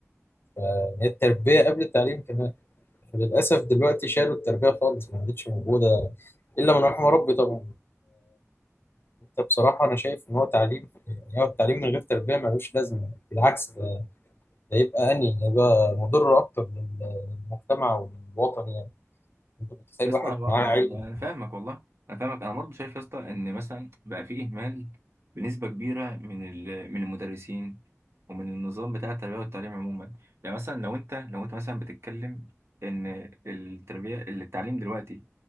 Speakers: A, on the left; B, on the right.
A: يعني هي التربيه قبل التعليم كمان للأسف دلوقتي شالوا التربية خالص ما عادتش موجودة إلا من رحم ربي طبعا فأنت بصراحة أنا شايف إن هو تعليم يعني هو التعليم من غير تربية ملوش لازمة بالعكس ده ده يبقى أني ده يبقى مضر أكتر لل- للمجتمع وللوطن يعني أنت متخيل
B: يا اسطى
A: واحد
B: انا
A: معاه
B: انا
A: علم
B: أنا فاهمك والله انا فاهمك انا برضه شايف يا اسطى ان مثلا بقى في اهمال بنسبه كبيره من ال- من المدرسين ومن النظام بتاع التربيه والتعليم عموما يعني مثلا لو انت لو انت مثلا بتتكلم ان التربيه التعليم دلوقتي